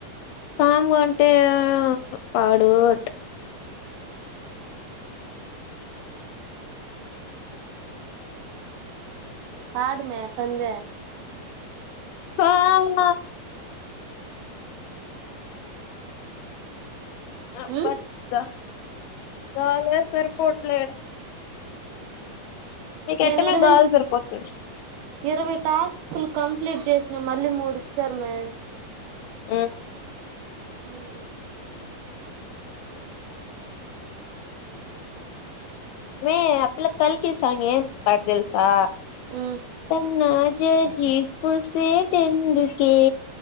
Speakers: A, on the left; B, on the right.
A: కామంటే పాడు అంట
B: పాడుమే పంది
A: ఆ ఆ
B: మ్మ్
A: బద్దా గాలే సరిపోట్లే నీకేట్టమే
B: నేను ఇరవై
A: కాల్ సరిపోతు
B: ఇరవై టాస్క్లు కంప్లీట్ చేసిన మళ్ళీ మూడు ఇచ్చారు మే
A: ఉ
B: ఊమ్
A: మే ఆ పిల్ల కల్ కీ సాంగ్ ఏం పాట్ తెల్సా
B: మ్మ్
A: కన్నా జాజీ పూసేటెందుకే